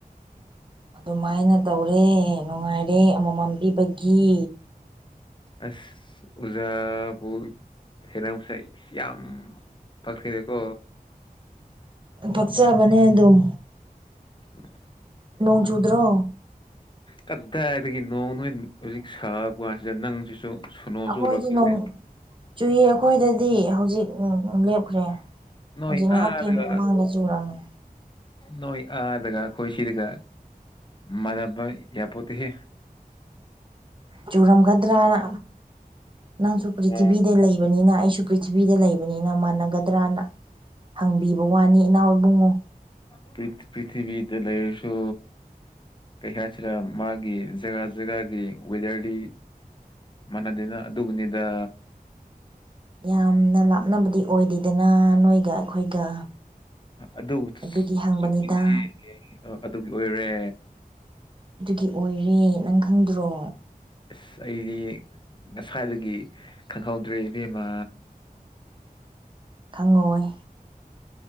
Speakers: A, on the right (about 35°); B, on the left (about 30°).
A: ꯑꯗꯨꯃꯥꯏꯅ ꯇꯧꯔꯦ ꯅꯨꯡꯉꯥꯏꯔꯦ ꯑꯃꯃꯝ ꯄꯤꯕꯒꯤ
B: ꯑꯁ ꯎꯖꯥ ꯕꯨ ꯊꯦꯅꯁꯥꯏ ꯌꯥꯝ ꯄꯈꯔꯤꯀꯣ
A: ꯄꯛꯆꯕꯅꯦ ꯑꯗꯨꯝ
B: ꯎꯝ
A: ꯅꯣꯡ ꯆꯨꯗ꯭ꯔꯣ
B: ꯀꯗꯥꯏꯗꯒꯤ ꯅꯣꯡ ꯅꯣꯏ ꯍꯧꯖꯤꯛ ꯁꯥꯕ ꯀꯥꯟꯁꯤꯗ ꯅꯪꯁꯤꯁꯨ ꯁꯨꯅꯣ
A: ꯑꯩꯈꯣꯏꯗꯤ
B: ꯆꯨꯔ ꯈꯪꯗꯦ
A: ꯅꯣꯡ ꯆꯨꯏ ꯑꯩꯈꯣꯏꯗꯗꯤ ꯍꯧꯖꯤꯛ ꯎ ꯂꯦꯞꯈ꯭ꯔꯦ
B: ꯅꯣꯏ
A: ꯍꯧꯖꯤꯛ ꯉꯥꯏꯍꯥꯛꯀꯤ
B: ꯑꯥꯗꯒ
A: ꯃꯃꯥꯡꯗ ꯆꯨꯔꯝꯃꯦ
B: ꯅꯣꯏ ꯑꯥꯗꯒ ꯈꯣꯏ ꯁꯤꯗꯒ ꯃꯥꯟꯅꯕ ꯌꯥꯄꯣꯠꯇꯤꯍꯦ
A: ꯆꯨꯔꯝꯒꯗ꯭ꯔꯅ ꯅꯪꯁꯨ ꯄ꯭ꯔꯤꯊꯤꯕꯤꯗ
B: ꯅꯣꯡ
A: ꯂꯩꯕ ꯕꯅꯤꯅ ꯑꯩꯁꯨ ꯄ꯭ꯔꯤꯊꯤꯕꯤꯗ ꯂꯩꯕꯅꯤꯅ ꯃꯥꯟꯅꯒꯗ꯭ꯔꯅ ꯍꯪꯕꯤꯕ ꯋꯥꯅꯤ ꯏꯅꯥꯎ ꯏꯕꯨꯡꯉꯣ
B: ꯄ꯭ꯔꯤ ꯄ꯭ꯔꯤꯊꯤꯕꯤꯗ ꯂꯩꯔꯁꯨ ꯀꯩ ꯍꯥꯏꯁꯤꯔ ꯃꯥꯒꯤ ꯖꯒꯥ ꯖꯒꯥꯒꯤ ꯋꯦꯗꯔꯗꯤ ꯃꯥꯟꯅꯗꯦꯅ ꯑꯗꯨꯕꯨꯅꯤꯗ
A: ꯌꯥꯝꯅ ꯂꯥꯞꯅꯕꯗꯤ ꯑꯣꯏꯗꯦꯗꯅ ꯅꯣꯏꯒ ꯑꯩꯈꯣꯏꯒ
B: ꯑꯗꯨ
A: ꯑꯗꯨꯒꯤ ꯍꯪꯕꯅꯤꯗ
B: ꯆꯨꯝꯃꯤꯅꯦꯍꯦ ꯑ ꯑꯗꯨꯒꯤ ꯑꯣꯏꯔꯦ
A: ꯑꯗꯨꯒꯤ ꯑꯣꯏꯔꯦ ꯅꯪ ꯈꯪꯗ꯭ꯔꯣ
B: ꯑꯁ ꯑꯩꯗꯤ ꯉꯁꯥꯏꯗꯒꯤ ꯈꯪꯍꯧꯗ꯭ꯔꯦ ꯏꯕꯦꯝꯃꯥ
A: ꯈꯪꯉꯣꯏ